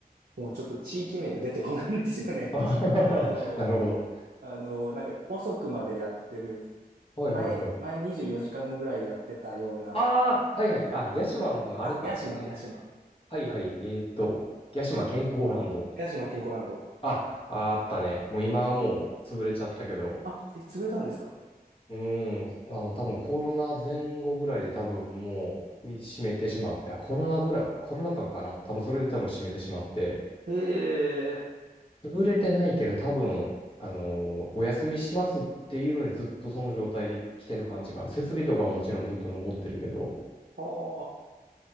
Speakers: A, on the right; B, on the left.
A: もうちょっと地域名が出てこないんですよね。
B: <laughs> あははなるほど。
A: <laughs> あの、あの、なんか遅くまでやってる、
B: はいはいはい。
A: 前、前24時間ぐらいやってたような、
B: ああ、はいはい。あ、屋島の方の、あれか。
A: あ、屋島、
B: えー
A: 屋島。
B: はいはい。えーっと、屋島健康ランド。
A: 屋島健康ランド。
B: あ、ああったね。もう今はもう潰れちゃったけど。
A: あ、え、潰れたんですか
B: うーん。あの、多分コロナ前後ぐらいで多分もうみ閉めてしまって、あ、コロナぐらい、コロナ禍かな。多分それで多分閉めてしまって。
A: ええ
B: 潰れてないけど、多分、あのーお休みしますっていうのでずっとその状態で来てる感じかな。設備とかはもちろんずっと残ってるけど。
A: ああー、